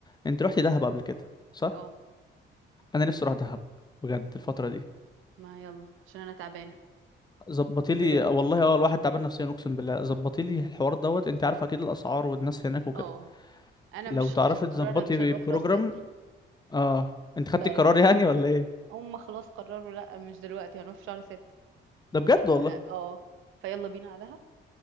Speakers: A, on the left (about 20°); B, on the right (about 85°).
A: انت رحتي دهب قبل كده صح
B: اه
A: انا نفسي اروح دهب بجد الفترة دي
B: ما يلا عشان انا تعبانه
A: ظبطي
B: بجد
A: لي والله اه الواحد تعبان نفسيا اقسم بالله ظبطي لي الحوار دوت انت عارف اكيد الاسعار والناس هناك وكده
B: اه انا
A: لو
B: مش
A: تعرفي
B: خلاص قررنا
A: تظبطي
B: مش هنروح
A: بروجرام
B: راس سدر
A: اه انت خدتي
B: فيلا
A: القرار يعني
B: بينا
A: ولا ايه
B: هم خلاص قرروا لا مش دلوقتي هنروح في شهر ستة
A: ده بجد والله
B: ف- اه فيلا بينا على دهب